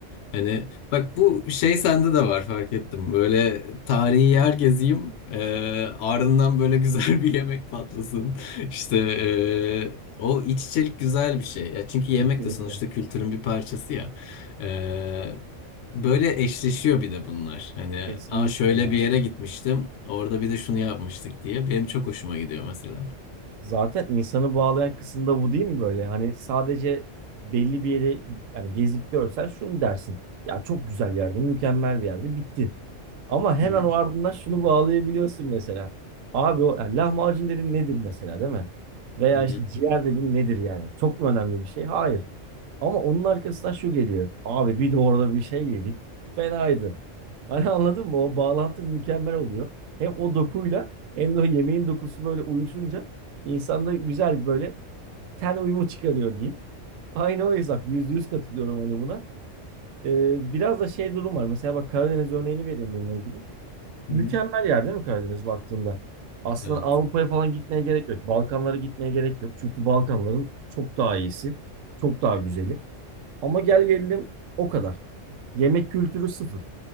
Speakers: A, on the left; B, on the right.
A: Hani bak bu şey sende de var fark ettim. Böyle tarihi yer gezeyim, ee, ardından böyle <laughs> güzel bir yemek patlasın. İşte eee, o iç içelik güzel bir şey. Ya çünkü yemek
B: <laughs> Kesinlikle.
A: de sonuçta kültürün bir parçası ya. Eee, böyle eşleşiyor bir de bunlar. Hani
B: Kesinlikle
A: Aa, şöyle
B: ya.
A: bir yere gitmiştim. Orada bir de şunu yapmıştık diye. Benim çok hoşuma gidiyor mesela.
B: Zaten insanı bağlayan kısım da bu değil mi böyle? Hani sadece belli bir yere yani gezip görsen şunu dersin. Ya çok güzel yerde, mükemmel bir yerde bitti. Ama hemen
A: Hı hı,
B: o ardından şunu bağlayabiliyorsun mesela. Abi o yani lahmacun dedin nedir mesela değil mi? Veya
A: hı hı,
B: işte ciğer dedin nedir yani? Çok mu önemli bir şey? Hayır. Ama onun arkasından şu geliyor. Abi bir de orada bir şey yedik. Fenaydı. Hani <laughs> anladın mı? O bağlantı mükemmel oluyor. Hem o dokuyla hem de o yemeğin dokusu böyle uyuşunca insanda güzel bir böyle ten uyumu çıkarıyor diyeyim. Aynı o hesap. Yüzde yüz katılıyorum hani buna. Ee, biraz da şey durum var. Mesela bak Karadeniz örneğini vereyim bununla ilgili.
A: hı
B: Mükemmel
A: hı.
B: yer değil mi Karadeniz baktığında? Aslında
A: Evet.
B: Avrupa'ya falan gitmeye gerek yok. Balkanlara gitmeye gerek yok. Çünkü Balkanların çok daha iyisi. Çok daha güzeli. Ama gel gelelim o kadar. Yemek kültürü sıfır.